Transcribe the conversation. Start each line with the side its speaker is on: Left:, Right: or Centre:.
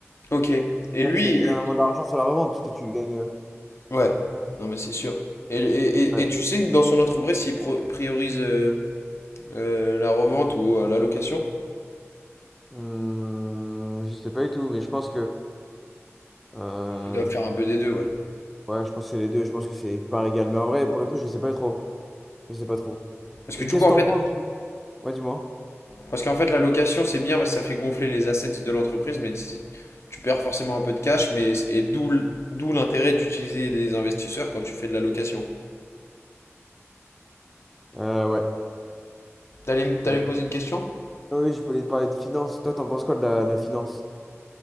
Left: ok. Et
Centre: Là
Left: lui,
Centre: tu gagnes
Left: lui...
Centre: énormément d'argent sur la revente parce que tu gagnes. euh,
Left: Ouais, non, mais c'est sûr. Et, et, et,
Centre: Ouais.
Left: et tu sais, dans son entreprise, s'il pro- priorise euh, euh, la revente ou euh, la location,
Centre: Hmm, je sais pas du tout, mais je pense que. euh,
Left: il doit faire un peu des deux, ouais.
Centre: Ouais, je pense que c'est les deux, je pense que c'est par égal. Mais en vrai, pour le coup, je sais pas trop. Je sais pas trop.
Left: Parce que
Centre: Et
Left: du
Centre: qu'est-ce
Left: coup, en
Centre: que t'en
Left: fait,
Centre: penses? toi Ouais, dis-moi.
Left: Parce qu'en fait, la location, c'est bien parce que ça fait gonfler les assets de l'entreprise, mais c'est- tu perds forcément un peu de cash, mais et d'où l- d'où l'intérêt d'utiliser des investisseurs quand tu fais de la location.
Centre: Euh, ouais.
Left: T'allais, m-
Centre: Et...
Left: t'allais me poser une question?
Centre: Ah oui, je voulais te parler de finance. Toi, t'en penses quoi de la, de la finance?